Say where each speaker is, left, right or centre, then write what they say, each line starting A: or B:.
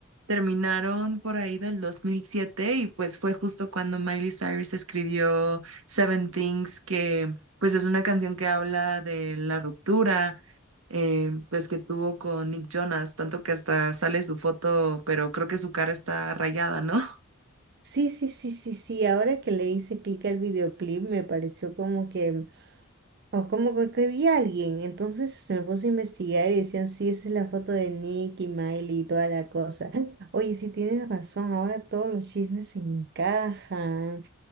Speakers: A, on the right; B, on the right.
A: terminaron por ahí del 2007 y pues fue justo cuando Miley Cyrus escribió Seven Things, que pues es una canción que habla de la ruptura eh, pues que tuvo con Nick Jonas, tanto que hasta sale su foto, pero creo que su cara está rayada, ¿no? <laughs>
B: Sí, sí, sí, sí, sí, ahora que le hice clic al videoclip me pareció como que o como que, que vi a alguien. Entonces se me puso a investigar y decían, sí, esa es la foto de Nick y Miley y toda la cosa. <laughs> Oye, sí tienes razón, ahora todos los chismes se encajan.